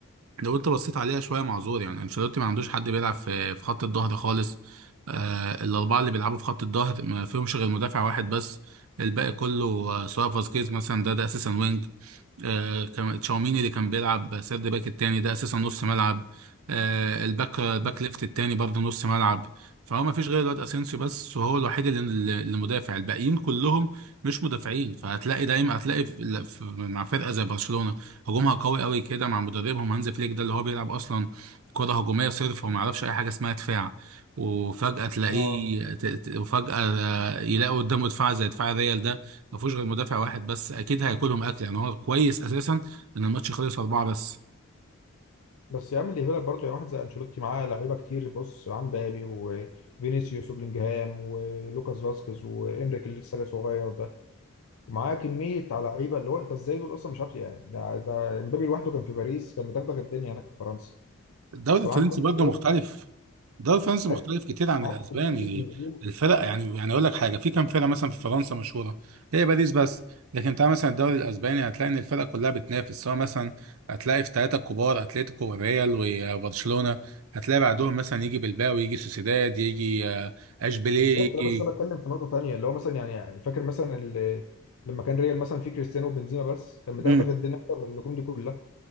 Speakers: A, on the right; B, on the left.
A: لو انت بصيت عليها شويه معذور يعني انشيلوتي ما عندوش حد بيلعب في في خط الظهر خالص آه الاربعه اللي بيلعبوا في خط الظهر ما فيهمش غير مدافع واحد بس الباقي كله آه سواء فاسكيز مثلا ده ده اساسا وينج آه كان- تشاوميني اللي كان بيلعب سيرد باك التاني ده اساسا نص ملعب آه الباك الباك
B: <laughs>
A: ليفت التاني برضه نص ملعب فهو ما فيش غير الواد اسينسيو بس وهو الوحيد اللي اللي مدافع الباقيين كلهم مش مدافعين فهتلاقي دايما هتلاقي في في- مع فرقه زي برشلونه هجومها قوي قوي كده مع مدربهم هانز فليك ده اللي هو بيلعب اصلا كره هجوميه صرف وما يعرفش اي حاجه اسمها دفاع وفجاه تلاقيه
B: اه
A: ت- ت- وفجاه آه، يلاقي قدامه دفاع زي دفاع ريال ده ما فيهوش غير مدافع واحد بس اكيد هياكلهم اكل يعني هو كويس اساسا ان الماتش خلص اربعه بس
B: بس يا عم اللي يهبلك برضه يعني واحد زي انشيلوتي معاه لعيبه كتير بص عن بابي وفينيسيوس وبلينجهام ولوكاس فاسكيز وانريك اللي لسه جاي صغير ده ومعاه كميه على لعيبه اللي هو انت ازاي دول اصلا مش عارف يعني ده ده امبابي لوحده كان في باريس كان مدغدغ الدنيا هناك في فرنسا
A: الدوري الفرنسي
B: فمعاك كل
A: برضه
B: دول
A: مختلف الدوري الفرنسي مختلف
B: إيه؟
A: كتير عن
B: معاك
A: الاسباني
B: كميه نجوم
A: الفرق يعني يعني اقول لك حاجه في كام فرقه مثلا في فرنسا مشهوره هي باريس بس لكن تعال مثلا الدوري الاسباني هتلاقي ان الفرق كلها بتنافس سواء مثلا هتلاقي في ثلاثه كبار اتلتيكو والريال وبرشلونه هتلاقي بعدهم مثلا يجي بلباو يجي سوسيداد يجي آه، اشبيليه
B: بالظبط لا
A: يجي
B: بس انا بتكلم في نقطه تانية اللي هو مثلا يعني فاكر مثلا ال- لما كان ريال مثلا فيه كريستيانو وبنزيما بس كان مدغدغ
A: مم.
B: الدنيا اكتر من النجوم دي كلها